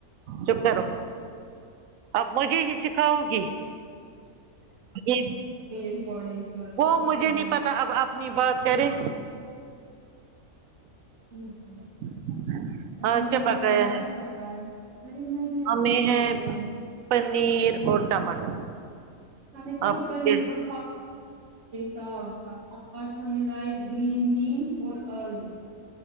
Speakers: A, on the right; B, on the right.
A: چپ کرو اب مجھے ہی سکھاؤ گی <unintelligible>
B: ریکارڈگ جوور
A: وہ
B: مجھے سمجو
A: نہیں پتا اب اپنی بات کریں
B: <unintelligible>
A: <unintelligible>
B: اچھا مجھے
A: کیا پکایا
B: بتاؤ
A: ہے
B: کیا پکایا ارے میں بھی آپ
A: ہمیں
B: کو یہ بولنے
A: ہے
B: والی تھی
A: پنیر اور ٹماٹر
B: <unintelligible> یہ
A: آپ کو کیا
B: ساگ تھا آج ہم نے لائے گرین بینس اور آلو